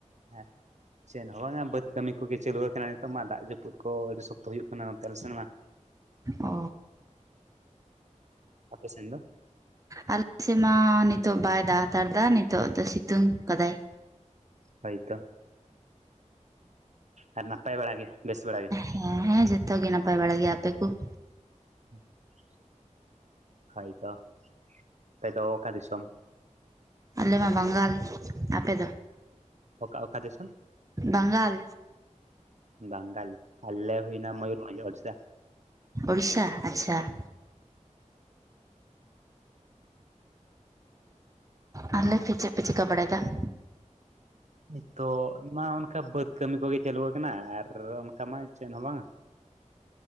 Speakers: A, on the right (about 65°); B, on the right (about 25°).
A: ᱦᱮᱸ ᱾ ᱪᱮᱫ ᱵᱟᱝᱟ ᱵᱟᱹᱫᱽ ᱠᱟᱹᱢᱤ ᱠᱚᱜᱮ ᱪᱟᱹᱞᱩᱣ ᱟᱠᱟᱱᱟ, ᱱᱤᱛᱚᱜ ᱢᱟ ᱫᱟᱜ ᱡᱟᱹᱯᱩᱫ ᱠᱚ ᱟᱹᱰᱤ ᱥᱚᱠᱛᱚ ᱦᱩᱭᱩᱜ ᱠᱟᱱᱟ ᱱᱚᱛᱮ ᱟᱞᱮ ᱥᱮᱱ ᱢᱟ ᱾
B: ᱚ
A: ᱟᱯᱮ ᱥᱮᱱ ᱫᱚ ᱾
B: ᱟᱞᱮᱥᱮᱫ ᱢᱟ ᱱᱤᱛᱚᱜ ᱵᱟᱭ ᱫᱟᱜ ᱦᱟᱛᱟᱲ ᱫᱟ, ᱱᱤᱛᱚᱜ ᱫᱚ ᱥᱤᱛᱩᱝ ᱠᱟᱫᱟᱭ ᱾
A: ᱦᱳᱭ ᱛᱚ ᱾ ᱟᱨ ᱱᱟᱯᱟᱭ ᱵᱟᱲᱟ ᱜᱮ ᱵᱮᱥ ᱵᱟᱲᱟ ᱜᱮ ᱾
B: ᱦᱮᱸ ᱦᱮᱸ ᱡᱚᱛᱚᱜ ᱜᱮ ᱱᱟᱯᱟᱭ ᱵᱟᱲᱟ ᱜᱮᱭᱟ ᱟᱯᱮ ᱠᱚ ᱾
A: <inaudible> ᱦᱳᱭ ᱛᱚ ᱾ᱟᱯᱮ ᱫᱚ ᱚᱠᱟ ᱫᱤᱥᱚᱢ?
B: ᱟᱞᱮ ᱢᱟ ᱵᱟᱝᱜᱟᱞ᱾ ᱟᱯᱮ ᱫᱚ
A: ᱚᱠᱟ ᱚᱠᱟ ᱫᱤᱥᱚᱢ
B: ᱵᱟᱝᱜᱟᱞ
A: ᱵᱟᱝᱜᱟᱞ᱾ ᱟᱞᱮ ᱦᱩᱭᱱᱟ ᱢᱟᱭᱩᱨᱵᱷᱚᱱᱡᱽ ᱳᱲᱤᱥᱟ᱾
B: ᱳᱲᱤᱥᱟ ᱟᱪᱪᱷᱟ ᱾ ᱟᱨ ᱞᱟᱹᱭ ᱯᱮ ᱪᱮᱫ ᱯᱮ ᱪᱤᱠᱟᱹ ᱵᱟᱲᱟᱭᱮᱫᱟ ᱾
A: ᱱᱤᱛᱚᱜ ᱢᱟ ᱚᱱᱠᱟ ᱵᱟᱹᱫᱽ ᱠᱟᱹᱢᱤ ᱠᱚᱜᱮ ᱪᱟᱹᱞᱩᱣᱟ ᱠᱟᱱᱟ ᱟᱨ ᱚᱱᱠᱟ ᱢᱟ ᱪᱮᱫ ᱦᱚᱸ ᱵᱟᱝ-ᱟ ᱾